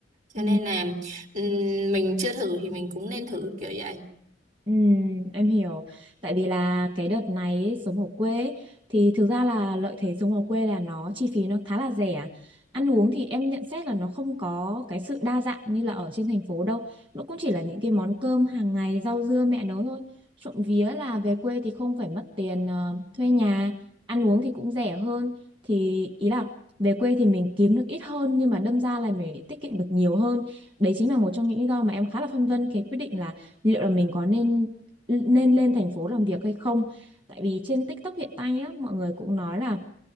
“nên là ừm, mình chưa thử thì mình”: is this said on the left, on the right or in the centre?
Right